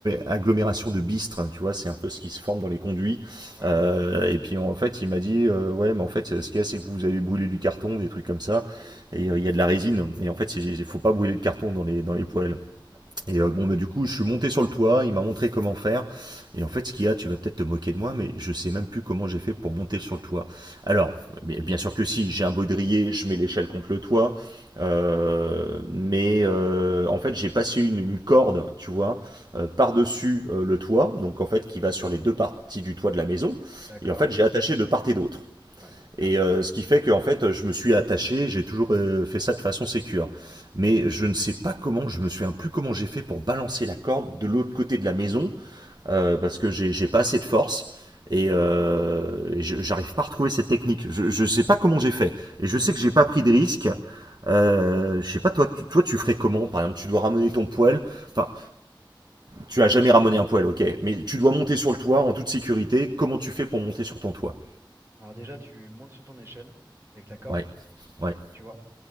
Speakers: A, on the right; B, on the right.
A: agglomération de bistres. hein, tu vois, c'est un peu ce qui se forme dans les conduits.
B: ouais.
A: Euh, et puis, en fait, il m'a dit, euh, ouais, mais en fait, ce qu'il y a, c'est que vous avez brûlé du carton, des trucs comme ça. Et euh, il y a de la résine. Et en fait, il faut pas brûler de carton dans les, dans les poêles. Et
B: Ah,
A: euh,
B: d'accord,
A: bon, bah,
B: je
A: du
B: le
A: coup,
B: saurais.
A: je suis monté sur le toit, il m'a montré comment faire. Et en fait, ce qu'il y a, tu vas peut-être te moquer de moi, mais je sais même plus comment j'ai fait pour monter sur le toit. Alors, mais bien sûr que si, j'ai un baudrier, je mets l'échelle contre le toit. Euh, mais
B: Tout à fait.
A: euh, en fait, j'ai passé une, une corde, tu vois, euh, par-dessus euh, le toit, donc en fait, qui va sur les deux parties du toit de la maison.
B: D'accord.
A: Et en fait, j'ai attaché de part et d'autre.
B: Ouais, bien.
A: Et euh, ce qui fait qu'en fait, je me suis attaché, j'ai toujours euh, fait ça de façon sécure. Mais je ne sais pas comment, je me souviens plus comment j'ai fait pour balancer la corde de l'autre côté de la maison, euh, parce que j'ai j'ai pas assez de force. Et, euh, j'arrive pas à retrouver cette technique. Je, je sais pas comment j'ai fait. Et je sais que j'ai pas pris de risque. Euh, je sais pas, toi tu, toi, tu ferais comment Par exemple, tu dois ramener ton poêle. Enfin, tu as jamais ramené un poêle, ok. Mais tu dois monter sur le toit en toute sécurité. Comment tu fais pour monter sur ton toit
B: Alors déjà, tu montes sur ton échelle avec la corde,
A: Ouais, ouais,
B: tu vois.